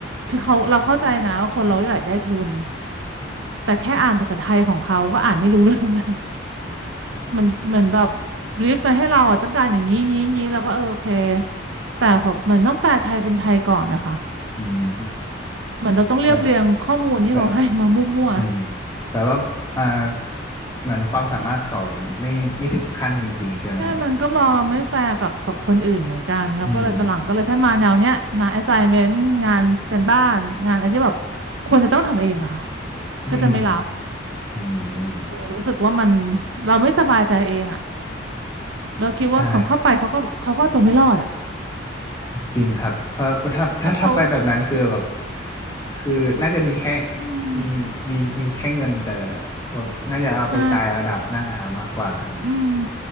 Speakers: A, on the right; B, on the left.
A: คือเขาเราเข้าใจนะว่าคนเราอยากได้ทุน แต่แค่อ่านภาษาไทยของเขาก็อ่านไม่รู้เรื่องแล้ว <laughs> มันมันแบบรีฟมาให้เราอ่ะต้องการอย่างนี้งี้งี้แล้วก็เออโอเค แต่ผมมันต้องแปลไทยเป็นไทยก่อนนะคะ
B: อืม
A: เหมือนเราต้องเรียบเรียงข้อมูลที่เขาให้มามั่ว
B: แบบแบบอืมแต่ว่ามาเหมือนความสามารถเขาไม่ไม่ถึงขั้นจริงๆใช่ไหมฮะ
A: ใช่มันก็มองไม่แฟร์กับกับคนอื่นเหมือนกันแล้วก็เลยตอนหลังก็เลยถ้ามาแนวเนี้ยมา
B: อืม
A: assignment งานการบ้านงานอะไรที่แบบควรจะต้องทำเองอะค่ะ
B: อืม
A: ก็จะไม่รับ
B: อืม
A: รู้สึกว่ามันเราไม่สบายใจเองอะเราคิดว่าของเข้าไปเขาก็เขาก็เอาตัวไม่รอดอะ
B: ใช่ จริงครับเพราะเพราะถ้าถ้าถ้าไปแบบนั้นคือแบบ
A: ถ้าเขา
B: คือน่าจะมีแค่
A: อืม
B: มีมีมีแค่เงินแต่เออน่าจะเอาไปตายเอาดาบหน้ามากกว่านะ
A: ใช่อืม